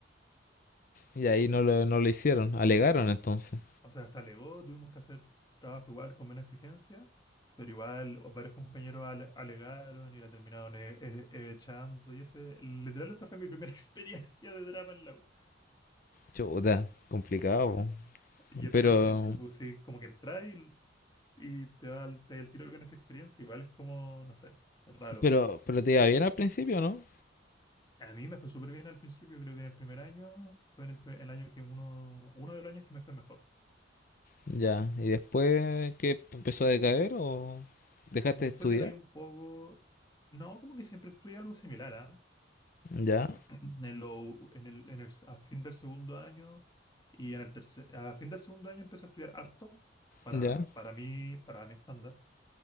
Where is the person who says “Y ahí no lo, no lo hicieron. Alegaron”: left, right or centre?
Left